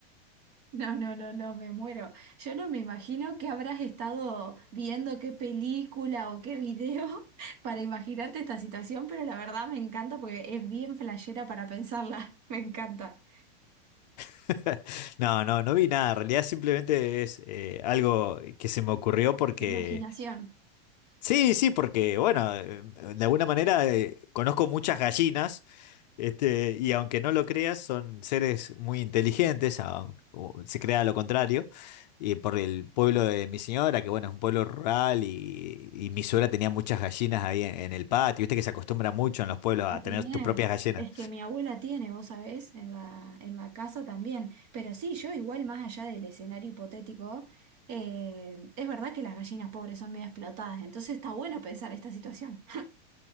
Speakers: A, on the right (about 45°); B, on the left (about 45°).
A: No, no, no, no, me muero. Yo no me imagino que habrás estado viendo qué película o qué video <laughs> para imaginarte esta situación, pero la verdad me encanta porque es bien flashera para pensarla. <laughs> Me encanta.
B: <laughs> No, no, no vi nada, en realidad simplemente es eh, algo que se me ocurrió porque...
A: Imaginación.
B: Sí, sí, porque bueno, eh, de alguna manera eh, conozco muchas gallinas, este, y aunque no lo creas, son seres muy inteligentes, aun- o se crea lo contrario, y por el pueblo de mi señora, que bueno, es un pueblo rural, y, y mi suegra tenía muchas gallinas ahí en, en el patio, viste que se acostumbra mucho en los pueblos
A: A
B: a
A: tener.
B: tener tus propias gallinas.
A: Es que mi abuela tiene, vos sabés, en la, en la casa también. Pero sí, yo igual más allá del escenario hipotético, eh, es verdad que las gallinas pobres son medio explotadas, entonces está bueno pensar esta situación. <clears throat>